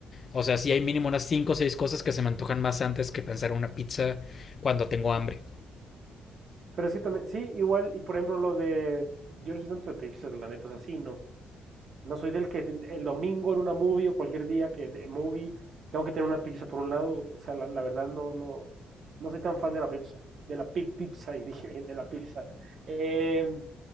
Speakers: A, on the left (about 45°); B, on the right (about 55°).
A: O sea, sí hay mínimo unas 5 o 6 cosas que se me antojan más antes que pensar en una pizza cuando tengo hambre.
B: Pero es que también, sí, igual, y por ejemplo lo de, yo no soy tanto de Pixar, la neta, o sea, sí, no. No soy del que el, el domingo en una movie o cualquier día que de movie tengo que tener una pizza por un lado, o sea, la, la verdad no, no, no soy tan fan de la pizza, de la pi- pizza, <laughs> y dije, de la pizza. Eh,